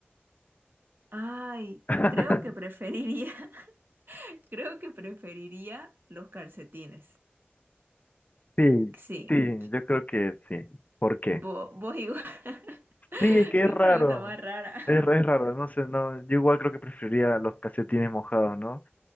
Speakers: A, on the right; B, on the left.
A: Ay,
B: <laughs>
A: creo que preferiría, <laughs> creo que preferiría los calcetines.
B: Sí,
A: Sí,
B: sí, yo creo que sí. ¿Por qué?
A: vos, vos igual. <laughs>
B: Sí, es que es
A: Qué
B: raro.
A: pregunta más rara.
B: Es, es raro, no sé, no, yo igual creo que preferiría los calcetines mojados, ¿no?